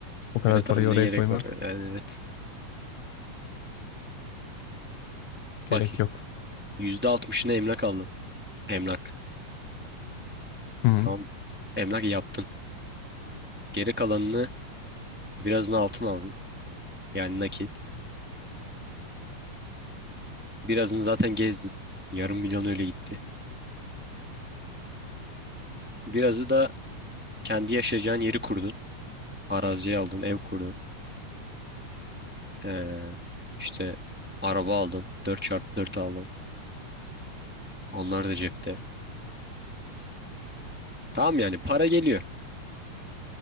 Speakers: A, on the left; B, in the centre.
A: O kadar
B: Evet
A: parayı
B: abi
A: oraya
B: ne gerek
A: koymak
B: var? ya? Yani evet.
A: gerek
B: Bak
A: yok.
B: yüzde altmışını emlak aldın. Emlak.
A: Hı hı.
B: Tamam. Emlak yaptın. Geri kalanını birazını altın aldın. Yani nakit. Birazını zaten gezdin. Yarım milyon öyle gitti. Birazı da kendi yaşayacağın yeri kurdun. Arazi aldın, ev kurdun. Ee, işte araba aldın. dört çarpı dört aldın. Onlar da cepte. Tamam yani para geliyor.